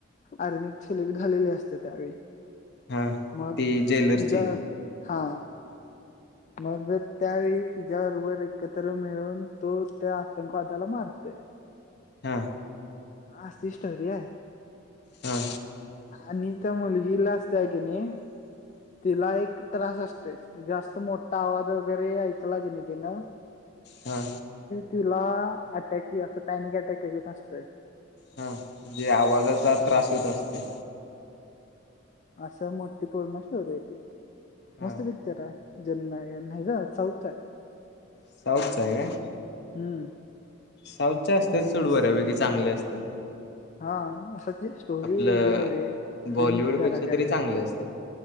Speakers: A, on the left; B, on the left.
A: आर्मीत सिलेक्ट झालेली असते त्यावेळी
B: हा
A: मग
B: ती जेलरची
A: तिच्या हा मग त्यावेळी तिच्याबरोबर एकत्र मिळून तो त्या आतंकवादाला मारतंय.
B: हा
A: अशी स्टोरी आहे
B: हा
A: आणि त्या मुलगीला असते आहे की नाही तिला एक त्रास असतोय जास्त मोठा आवाज वगैरे ऐकला की नाय तिनं
B: हा
A: तिला अटॅक हि असं पॅनिक अटॅक येत असतंय
B: हा म्हणजे आवाजाचा त्रास होत असते
A: अशा ही मोठी पुर्ण स्टोरी हाय
B: हा
A: मस्त पिक्चर आहे <inaudible> साऊथचा आहे
B: साऊथचा हाय काय
A: हम्म
B: साऊथचे असतेत
A: म्हणजे
B: सोड
A: कस
B: बऱ्यापैकी चांगले असतेत हम्
A: हा अस स्टोरी
B: आपलं
A: वेगळी आहे रे
B: बॉलिवूडपेक्षा
A: युनिक जरा काहीतरी
B: तरी चांगले असतात